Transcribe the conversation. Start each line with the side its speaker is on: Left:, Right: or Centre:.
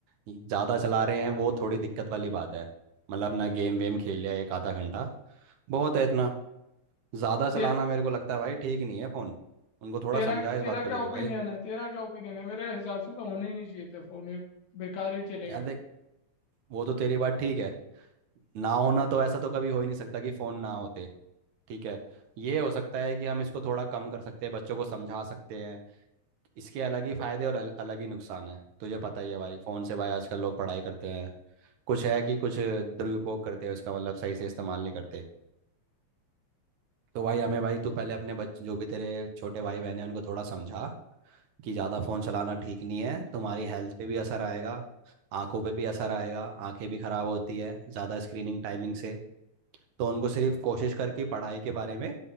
Right: ज़्यादा चला रहे हैं वो थोड़ी दिक्कत वाली बात है मतलब ना गेम वेम खेल लिया एक आधा घंटा बहुत है इतना ज़्यादा चलाना
Left: ते,
Right: मेरे को लगता है भाई ठीक नहीं है फ़ोन उनको थोड़ा
Left: तेरा
Right: समझा इस
Left: तेरा
Right: बात को
Left: क्या
Right: लेके
Left: ओपिनियन
Right: भाई
Left: है तेरा क्या ओपिनियन है मेरे हिसाब से तो होने ही नहीं चाहिए थे फोन ये बेकार ही चले
Right: यार
Left: गए
Right: देख वो तो तेरी बात ठीक है ना होना तो ऐसा तो कभी हो ही नहीं सकता कि फ़ोन ना होते ठीक है ये हो सकता है कि हम इसको थोड़ा कम कर सकते हैं बच्चों को समझा सकते हैं इसके अलग ही फायदे और अल, अलग ही नुकसान है तुझे पता ही है भाई फोन से भाई आजकल लोग पढ़ाई करते हैं कुछ है कि कुछ दुरुपयोग करते हैं उसका मतलब सही से इस्तेमाल नहीं करते तो भाई हमें भाई तू पहले अपने बच्चे जो भी तेरे छोटे भाई बहन हैं उनको थोड़ा समझा कि ज़्यादा फ़ोन चलाना ठीक नहीं है तुम्हारी हेल्थ पे भी असर आएगा आंखों पे भी असर आएगा आंखें भी ख़राब होती है ज़्यादा स्क्रीनिंग टाइमिंग से तो उनको सिर्फ कोशिश करके पढ़ाई के बारे में